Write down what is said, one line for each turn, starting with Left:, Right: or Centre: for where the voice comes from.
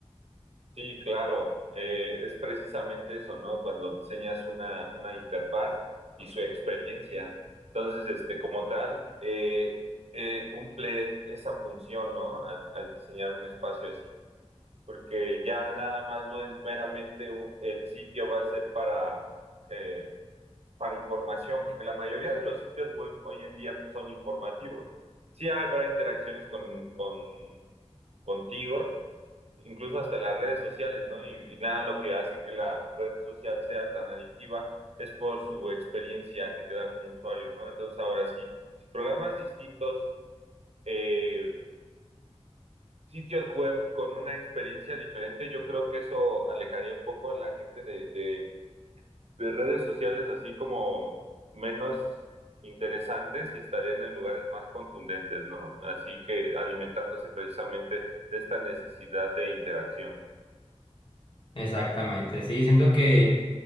Right: Sí, claro, eh, es precisamente eso, ¿no? Cuando diseñas una, una interfaz y su experiencia. Entonces, este, como tal, eh, eh, cumple esa función, ¿no? Al, al diseñar un espacio así. porque ya nada más no es meramente un- el sitio va a ser para, eh, para información, porque la mayoría de los sitios web hoy en día pues, son informativos. Sí habrá interacciones con, con, contigo, incluso hasta las redes sociales, ¿no? Y, y nada, lo que hace que la red social sea tan adictiva es por su experiencia que te da como usuario, ¿no? Entonces ahora sí, si programas distintos eh, sitios web con una experiencia diferente, yo creo que eso alejaría un poco a la gente de, de, de redes sociales así como menos interesantes y estarían en lugares más contundentes, ¿no? Así que alimentándose precisamente de esta necesidad de interacción.
Left: Exactamente, sí, siento que